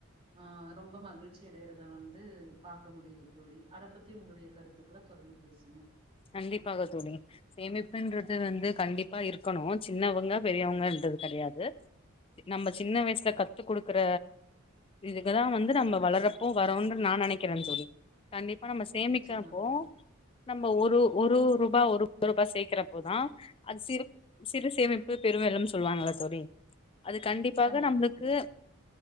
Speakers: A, on the right; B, on the left.
A: ஆ ரொம்ப மகிழ்ச்சி அடையிறத வந்து பாக்க முடியுது தோழி அதப் பத்தி உங்களுடைய கருத்துக்களை தொடர்ந்து பேசுங்க
B: கண்டிப்பாக தோழி சேமிப்புன்றது வந்து கண்டிப்பா இருக்கணும் சின்னவங்க பெரியவங்கன்றது கெடையாது நம்ம சின்ன வயசுல கத்துக் குடுக்குற இதுக்குதான் வந்து நம்ம வளர்றப்போ வரோன்று நான் நெனக்கிறேன் தோழி கண்டிப்பா நம்ம சேமிக்கிறம்ப்போ
A: நிச்சயமா தோழி
B: ஒரு ஒரு ஒரு ரூபா ஒரு ரூபா சேர்க்கிறப்போதான் அது சிறப் சிறு சேமிப்பு பெரு வெள்ளம்னு சொல்லுவாங்கல்ல தோழி அது கண்டிப்பாக
A: கண்டிப்பா
B: நம்மளுக்கு
A: தோழி